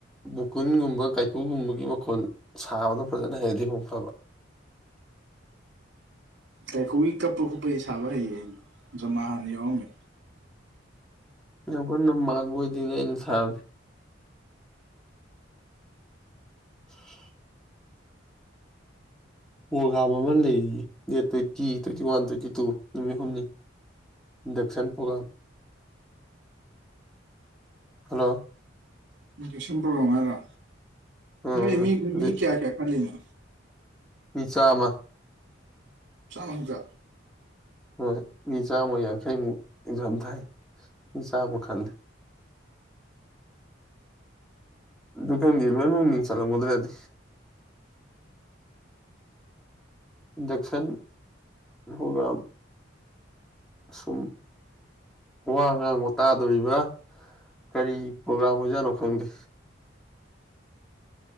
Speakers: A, in the centre; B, on the right (about 65°).
A: ꯒꯣꯀꯨꯟꯒꯨꯝꯕ ꯀꯩꯀꯨꯒꯨꯝꯕꯒꯤ ꯃꯈꯣꯜ ꯁꯥꯕꯗꯣ ꯐꯖꯅ ꯍꯩꯔꯗꯤ ꯑꯃꯨꯛ ꯐꯕ
B: ꯀꯩꯀꯨꯒꯤ ꯀꯞꯄ ꯈꯨꯞꯄꯩ ꯁꯥꯕ ꯍꯩꯌꯦ ꯑꯩꯅꯣ ꯖꯃꯥ ꯍꯥꯟꯅ ꯌꯥꯎꯔꯝꯃꯦ
A: ꯌꯥꯝ ꯀꯟꯅ ꯃꯥꯡꯕ ꯑꯣꯏꯗꯤꯅ ꯑꯩꯅ ꯁꯥꯕꯁꯦ <inaudible> ꯄ꯭ꯔꯣꯒꯥꯝ ꯑꯃ ꯂꯩꯌꯦꯌꯦ date twenty twenty one twenty two ꯅꯨꯃꯤꯠ ꯍꯨꯝꯅꯤ ꯗꯛꯁꯤꯟ ꯄꯔꯣꯒꯔꯝ ꯍꯜꯂꯣ
B: ꯏꯟꯖꯦꯛꯁꯟ ꯄ꯭ꯔꯣꯒ꯭ꯔꯝ ꯍꯥꯏꯔ
A: ꯑꯥ
B: ꯅꯣꯏ ꯃꯤ
A: ꯑꯗꯨ
B: ꯃꯤ ꯀꯌꯥ ꯀꯌꯥ ꯈꯜꯂꯤꯅꯣ?
A: ꯃꯤ ꯆꯥꯃꯥ
B: ꯆꯃ ꯈꯛꯇ
A: ꯍꯣꯏ ꯃꯤ ꯆꯥꯝꯃ ꯌꯥꯡꯈꯩꯃꯨꯛ ꯑꯦꯛꯖꯥꯝ ꯊꯥꯏ ꯃꯤ ꯆꯥꯝꯃ ꯈꯜꯂꯦ ꯑꯗꯨ ꯈꯪꯒꯤ ꯂꯣꯏꯅꯃꯛ ꯃꯤꯡꯁꯜꯂꯝꯒꯗ꯭ꯔꯗꯤ ꯏꯟꯗꯛꯁꯟ ꯍ꯭ꯔꯣꯒꯥ꯭ꯔꯝ ꯁꯨꯝ ꯋꯥ ꯉꯥꯡꯕ ꯇꯥꯗꯣꯔꯤꯕ ꯀꯔꯤ ꯄ꯭ꯔꯣꯒꯥ꯭ꯔꯥꯝ ꯑꯣꯏꯖꯥꯠꯅꯣ ꯈꯪꯗꯦ